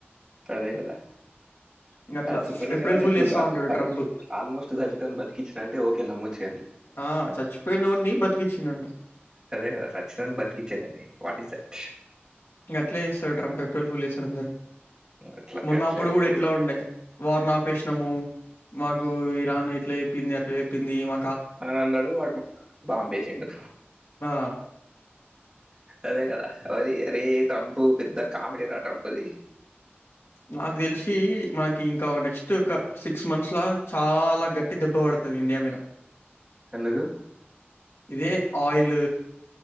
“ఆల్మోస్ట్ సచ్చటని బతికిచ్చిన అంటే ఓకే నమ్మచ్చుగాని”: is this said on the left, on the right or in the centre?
Right